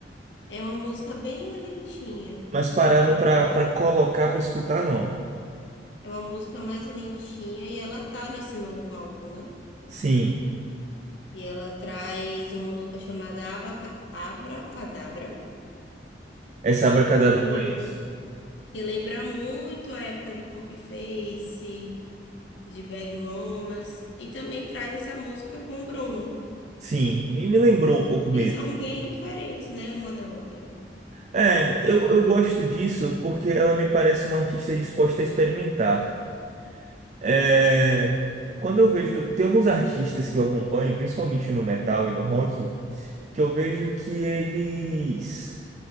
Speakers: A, on the left; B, on the right.
A: É uma música bem lentinha.
B: Mas parando pra, pra colocar pra escutar, não.
A: É uma música mais lentinha e ela tá nesse novo álbum, né?
B: Sim,
A: E ela traz uma música chamada Abaca- Abracadabra,
B: essa Abracadabra
A: que,
B: eu conheço.
A: que lembra muito a época de Poker Face, de Bad Romance, e também traz essa música com o Bruno,
B: Sim, me, me lembrou um pouco
A: que
B: mesmo.
A: são bem diferentes, né, uma da outra.
B: É, eu, eu gosto disso porque ela me parece uma artista disposta a experimentar. É, Quando eu vejo. Tem alguns artistas que eu acompanho, principalmente no metal e no rock. que eu vejo que eles